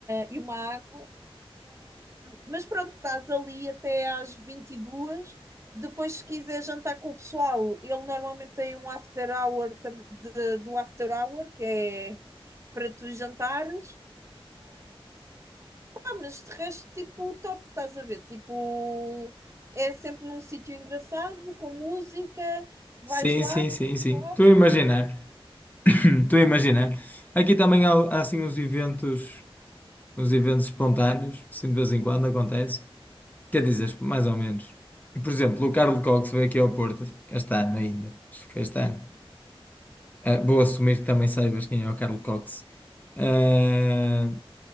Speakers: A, on the right (about 30°); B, on the left (about 15°).
A: e uma água. Mas pronto, estás ali até às vinte e duas Depois, se quiser jantar com o pessoal, ele normalmente tem um after hour tam- de- do after hour, que é para tu jantares. Ah, mas de resto, tipo, top, estás a ver? Tipo, é sempre num sítio engraçado, com música, vais
B: Sim,
A: lá,
B: sim,
A: beber
B: sim,
A: um
B: sim.
A: copo.
B: Estou a imaginar. <clears throat> Estou a imaginar. Aqui também há, há assim uns eventos. Os eventos espontâneos, assim de vez em quando acontece. Quer dizer, mais ou menos. E, por exemplo, o Carlos Cox veio aqui ao Porto, este ano ainda. Acho que foi este ano. Ah, vou assumir que também saibas quem é o Carlos Cox. Ah,